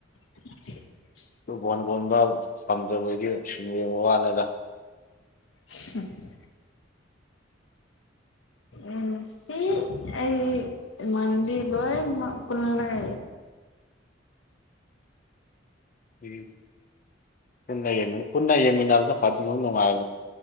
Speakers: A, on the left; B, on the left.
A: <inaudible>
B: ꯑꯗꯨ ꯕꯣꯟ ꯕꯣꯟꯕ ꯄꯥꯝꯖꯕꯒꯤ ꯁꯨꯝ ꯌꯦꯡꯕ ꯋꯥꯅꯤꯗ
A: <unintelligible> ꯎꯝ ꯁꯤ ꯑꯩ ꯏꯃꯅꯕꯤ ꯂꯣꯏꯃꯛ ꯄꯨꯜꯂꯦ
B: ꯎꯝ ꯄꯨꯟꯅ ꯌꯦꯃꯤ ꯄꯨꯟꯅ ꯌꯦꯃꯤꯅꯔꯗ ꯐ ꯁꯨꯝ ꯅꯨꯡꯉꯥꯏ